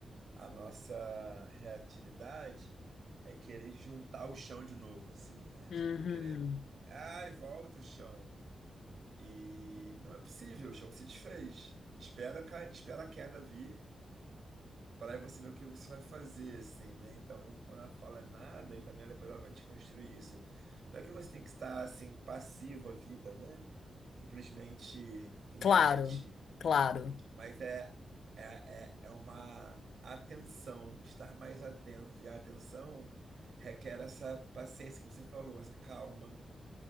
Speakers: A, on the right; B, on the left.
A: a nossa reatividade é querer juntar o chão de novo, assim, né?
B: Uhum.
A: Tipo, é querer, ai, volta o chão. E não é possível, o chão se desfez. Espera, cai, espera a queda vir, para aí você ver o que você vai fazer, assim, né? Então, quando ela fala nada, e também depois ela vai desconstruir isso. Não é que você tem que estar, assim, passivo à vida, né? Simplesmente inerte.
B: Claro, claro.
A: Mas é, é, é, é uma atenção, estar mais atento. E a atenção requer essa paciência que você falou, essa calma.